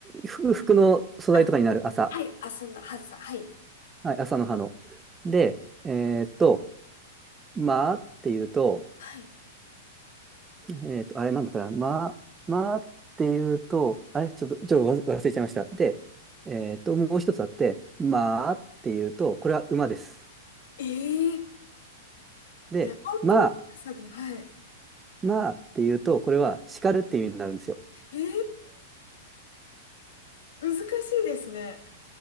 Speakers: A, on the right; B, on the left.
A: 服、服の素材とかになる朝、
B: あ、はい。あ、そんな、はずさ、はい。
A: はい、朝の葉の。で、えっと、まあっていうと、
B: はい。
A: えっと、あれなんだったら、まあ、まあっていうと、あれちょっと、ちょっと忘れちゃいました。で、えっと、もう一つあって、まあっていうと、これは馬です。
B: えー、
A: で、
B: じゃあ、本当に、
A: まあ、
B: そうで、はい。
A: まあっていうと、これは叱るっていう意味になるんですよ。
B: えー、難しいですね。